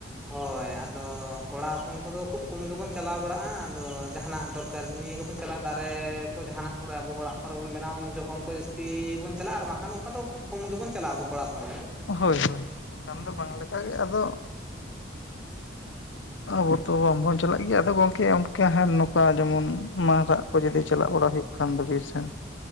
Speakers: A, in the centre; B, on the left.
A: ᱦᱳᱭ ᱟᱫᱚ ᱠᱚᱲᱟ ᱦᱚᱯᱚᱱ ᱠᱚᱫᱚ ᱠᱷᱩᱵ ᱠᱚᱢ ᱜᱮᱵᱚᱱ ᱪᱟᱞᱟᱣ ᱵᱟᱲᱟᱜᱼᱟ, ᱟᱫᱚ ᱡᱟᱦᱱᱟᱜ ᱫᱚᱨ ᱟᱨ ᱱᱤᱭᱟᱹ ᱜᱮᱵᱚᱱ ᱪᱟᱞᱟᱜᱼᱟ ᱫᱟᱨᱮ ᱠᱚ ᱡᱟᱦᱟᱸᱱᱟᱜ ᱠᱚᱨᱮ ᱟᱵᱚ ᱚᱲᱟᱜ ᱠᱚᱨᱮ ᱵᱚᱱ ᱵᱮᱱᱟᱣᱟ ᱩᱱ ᱡᱚᱠᱷᱚᱱ ᱠᱚ ᱡᱟᱹᱥᱛᱤ ᱵᱚᱱ ᱪᱟᱞᱟᱜᱼᱟ ᱟᱨ ᱵᱟᱝᱠᱷᱟᱱ ᱚᱱᱠᱟ ᱫᱚ ᱠᱷᱩᱵ ᱠᱚᱢ ᱜᱮᱵᱚᱱ ᱪᱟᱞᱟᱜᱼᱟ, ᱟᱵᱚ ᱠᱚᱲᱟ ᱦᱚᱯᱚᱱ ᱫᱚ᱾
B: ᱦᱳᱭ ᱦᱳᱭ ᱵᱟᱠᱷᱟᱱ ᱫᱚ ᱵᱟᱝ ᱞᱮᱠᱟᱜ ᱜᱮ ᱟᱫᱚ ᱟᱵᱚ ᱛᱚ ᱵᱟᱝᱵᱚᱱ ᱪᱟᱞᱟᱜ ᱜᱮᱭᱟ ᱟᱫᱚ ᱜᱚᱝᱠᱮ ᱚᱱᱠᱟ ᱦᱟᱸᱜ ᱱᱚᱝᱠᱟ ᱡᱮᱢᱚᱱ ᱢᱟᱨᱟᱜ ᱠᱚ ᱡᱩᱫᱤ ᱪᱟᱞᱟᱜ ᱵᱟᱲᱟ ᱦᱩᱭᱩᱜ ᱠᱷᱟᱱ ᱫᱚ ᱵᱤᱨ ᱥᱮᱱ᱾